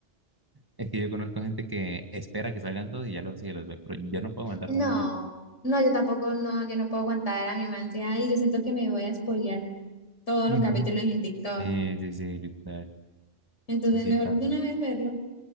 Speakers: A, on the right; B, on the left.
A: Es que yo conozco gente que espera que salgan todos y ya los, sí, los ve, pero yo no puedo aguantar
B: No,
A: tanto tiempo.
B: no, yo tampoco, no, yo no puedo aguantar a mi mamá ansiedad y yo siento que me voy a spoilear todos
A: Ujú.
B: los capítulos en TikTok.
A: Sí, sí, sí, literal.
B: Entonces,
A: Eso sí
B: mejor
A: pasa.
B: de una vez verlo.